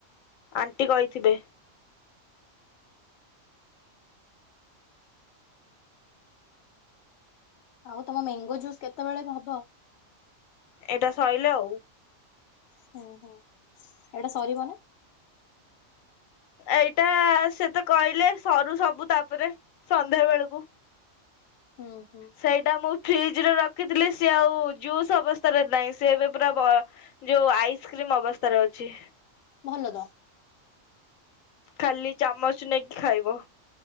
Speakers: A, on the left; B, on the left.
A: ଆଣ୍ଟି କହିଥିବେ?
B: ଆଉ ତମ ମେଙ୍ଗୋ ଜୁସ୍ କେତେବେଳେ କେ ହେବ?
A: ଏଇଟା ସିଇଲେ ଆଉ।
B: ହୁଁ ହୁଁ ଏଇଟା ସରିବ ନା?
A: ଏଇଟା ସେତ କହିଲେ ସରୁ ସବୁ ତାପରେ ସନ୍ଧ୍ୟା ବେଳକୁ।
B: ହୁଁ ହୁଁ।
A: ସେଇଟା ମୁଁ ଫ୍ରିଜରେ ରଖିଥିଲି ସିଏ ଆଉ ଜୁସ୍ ଅବସ୍ଥାରେ ନାହିଁ ସେ ଏବେ ପୁରା ବ ଯୋଉ ଆଇସ୍କ୍ରିମ ଅବସ୍ଥାରେ ଅଛି।
B: ଭଲ ତ।
A: ଖାଲି ଚାମଚ ନେଇକି ଖାଇବ।